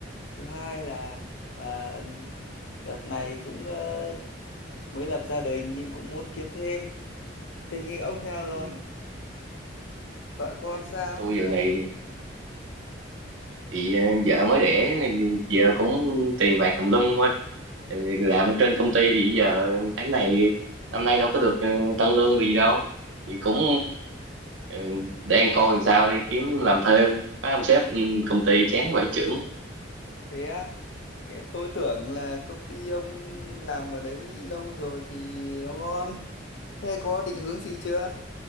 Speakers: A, on the left (about 70°); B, on the right (about 80°).
A: Thứ hai là ờ, đợt này cũng ờ, mới lập gia đình nên cũng muốn kiếm thêm. Tình hình ông thế nào rồi?
B: Ừ.
A: vợ con
B: ờ,
A: sao
B: Tôi
A: hay
B: dạo
A: là
B: này thì ờ, vợ mới đẻ nên giờ cũng tiền bạc tùm lum không ơi Ừ, làm ở trên công ty thì giờ tháng này năm nay đâu có được ờ, tăng lương được gì đâu thì cũng
A: Ừ,
B: ờ, đang coi làm sao để kiếm làm thêm Má ông sếp ừ, công ty chán vải chưởng
A: thế á cái tôi tưởng là công ty ông làm ở đấy lâu rồi thì nó ngon thế có định hướng gì chưa